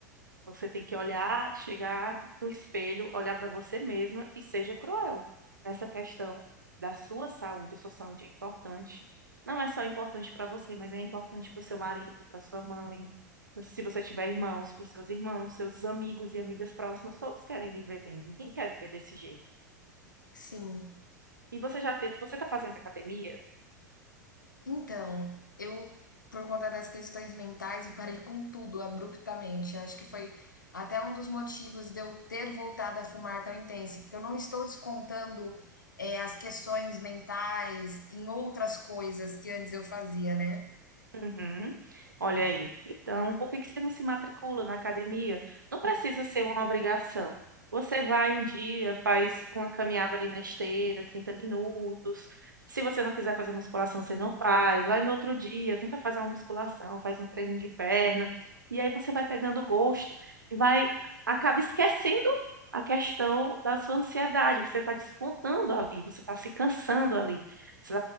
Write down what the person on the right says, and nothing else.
Você tem que olhar, chegar no espelho, olhar para você mesma e seja cruel nessa questão da sua saúde. A sua saúde é importante. Não é só importante para você, mas é importante para o seu marido, para sua mãe, pro- se você tiver irmãos, para os seus irmãos, seus amigos e amigas próximas. Todos querem viver bem. Ninguém quer viver desse jeito.
E você já ter, você está fazendo academia?
Uhum. Olha aí. Então, por que que você não se matricula na academia? Não precisa ser uma obrigação. Você vai um dia, faz uma caminhada ali na esteira, 30 minutos. Se você não quiser fazer musculação, você não faz. Vai no outro dia, tenta fazer uma musculação, faz um treino de perna. E aí você vai pegando gosto e vai, acaba esquecendo a questão da sua ansiedade. Você está descontando ali, você está se cansando ali. Você